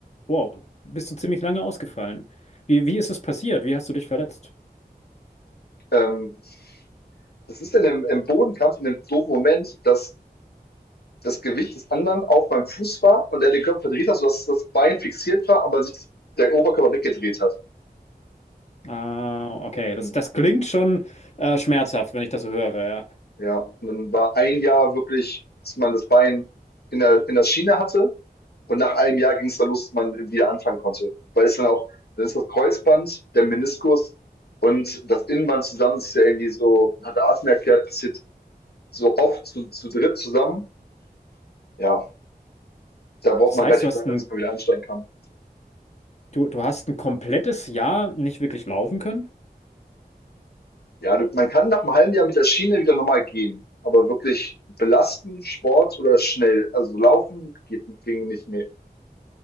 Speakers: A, on the left (about 45°); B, on the left (about 75°).
A: wow, bist du ziemlich lange ausgefallen. Wie, wie ist es passiert? Wie hast du dich verletzt?
B: Ähm, Das ist dann im, im Bodenkampf in dem doofen Moment, dass das Gewicht des anderen auf meinem Fuß war und er den Körper verdreht hat, sodass das Bein fixiert war, aber sich das, der Oberkörper weggedreht hat.
A: Ah, okay,
B: Mhm.
A: das, das klingt schon äh, schmerzhaft, wenn ich das so höre. Ja.
B: Ja, und dann war ein Jahr wirklich, dass man das Bein in der, in der Schiene hatte und nach einem Jahr ging es dann los, dass man wieder anfangen konnte. Weil es dann auch, dann ist das Kreuzband, der Meniskus und das Innenband zusammen das ist ja irgendwie so, hat Arten erklärt, passiert so oft zu, zu dritt zusammen. Ja, da braucht
A: Das
B: man
A: heißt,
B: relativ
A: du hast
B: lange,
A: ein,
B: bis man wieder einsteigen kann.
A: du, du hast ein komplettes Jahr nicht wirklich laufen können?
B: Ja, du, man kann nach einem halben Jahr mit der Schiene wieder normal gehen, aber wirklich belasten, Sport oder schnell, also laufen geht, ging nicht, nee.